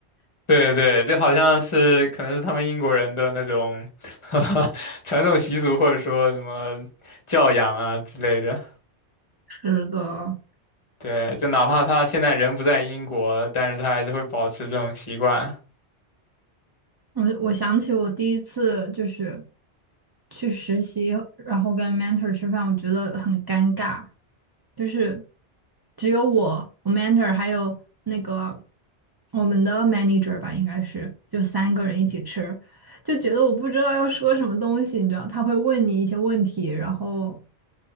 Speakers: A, on the left; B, on the right.
A: 对对，就好像是可能是他们英国人的那种 <laughs> 传统习俗，或者说什么教养啊之类的。
B: 是的。
A: 对，就哪怕他现在人不在英国，但是他还是会保持这种习惯。
B: 我我想起我第一次就是去实习，然后跟 mentor 吃饭，我觉得很尴尬，就是只有我、我 mentor 还有那个我们的 manager 吧，应该是就三个人一起吃，就觉得我不知道要说什么东西，你知道，他会问你一些问题，然后